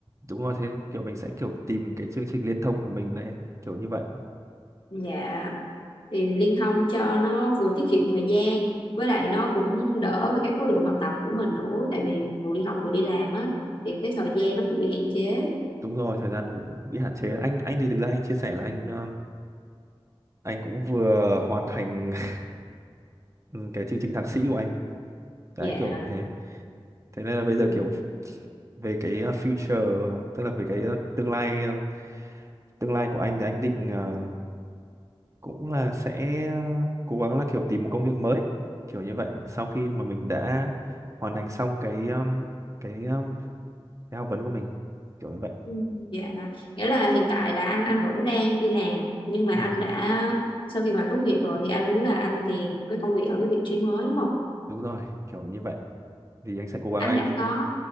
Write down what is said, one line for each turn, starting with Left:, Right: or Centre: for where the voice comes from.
Right: đúng rồi thế kiểu mình sẽ kiểu tìm cái chương trình liên thông của mình này kiểu như vậy
Left: Dạ thì liên thông cho nó vừa tiết kiệm thời gian với lại nó cũng đỡ về cái khối lượng học tập của mình nữa tại vì vừa đi học vừa đi làm á thì cái thời gian nó cũng bị hạn chế
Right: đúng rồi thời gian nó cũng bị hạn chế anh anh thì thực ra anh chia sẻ là anh ờ, anh cũng vừa hoàn thành <laughs> ừ, cái chương trình thạc sĩ của anh
Left: dạ
Right: đấy kiểu như thế thế nên là bây giờ
Left: ừ.
Right: kiểu về cái ờ, future tức là về cái ờ, tương lai ờ, tương lai của anh thì anh định ờ, cũng là sẽ ờ, cố gắng là kiểu tìm một công việc mới kiểu như vậy sau khi mà mình đã hoàn thành xong cái ờm, cái ờm, cái học vấn của mình kiểu như vậy
Left: Ừ, dạ nghĩa là hiện tại là anh anh vẫn đang đi làm nhưng mà
Right: Ừ,
Left: anh đã sau khi mà tốt nghiệp rồi thì anh muốn là anh tìm một cái công việc ở cái vị trí mới đúng không
Right: đúng rồi, kiểu như vậy. Thì anh sẽ cố gắng
Left: anh
Right: anh
Left: đã
Right: đi.
Left: có